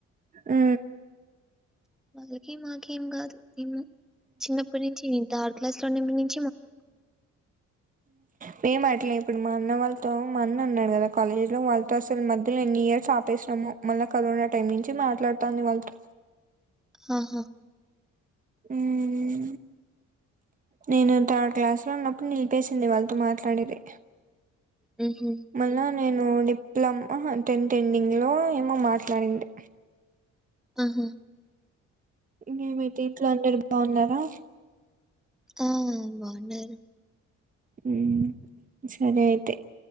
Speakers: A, on the right; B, in the centre.
A: హ్
B: అలకి మాకేం కాదు. చిన్నప్పటి నుంచి నీతో ఆడు క్లాస్ లో <inaudible>
A: మే మాట్లే ఇప్పుడు మా అన్న వాళ్ళ తో మా అన్న ఉన్నాడు కదా కాలేజ్ లో వాళ్ళతో అసలు మధ్యలో ఎన్ని ఇయర్స్ ఆపేసినమో మళ్ళా కరోనా టైమ్ నుంచి మాట్లాడుతాంది వాళ్ళతో.
B: ఆహా.
A: హ్ నేను థర్డ్ క్లాస్ లో ఉన్నప్పుడు నిలిపేసింది వాళ్ళతో మాట్లాడేది.
B: హుహు.
A: మళ్ళా నేను డిప్ లమ్ టెన్త్ ఎండింగ్ లో ఏమో మాట్లాడింటి.
B: ఆహా
A: ఇంకా ఏమైతే ఇంట్లో అందరు బావున్నారా.
B: ఆ బావున్నారు.
A: హ్ సరే అయితే.